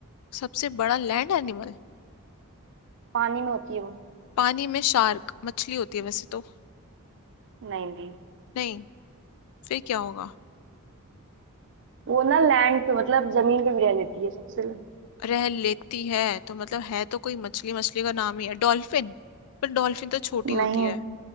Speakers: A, on the left; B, on the right.
A: सबसे बड़ा लैंड एनिमल
B: पानी में होती है वो
A: पानी में शार्क मछली होती है वैसे तो
B: नहीं नहीं
A: नहीं फिर क्या होगा
B: वो ना लैंड पे मतलब जमीन पे भी रह लेती है सबसे
A: रह लेती है तो मतलब है तो कोई मछली मछली का नाम ही है डॉल्फिन पर डॉल्फिन तो छोटी
B: नहीं
A: होती है